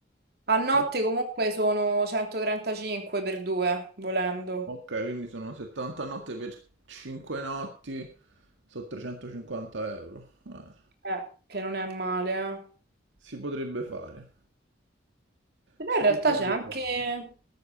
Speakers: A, on the right; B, on the right.
A: A notte
B: qua-
A: comunque sono 135 per due, volendo.
B: Ok, quindi sono 70 notte per 5 notti, sono 350 euro. Eh,
A: Eh, che non è male, eh.
B: si potrebbe fare.
A: Però
B: Si
A: in realtà
B: potrebbe
A: c'è anche...
B: fare.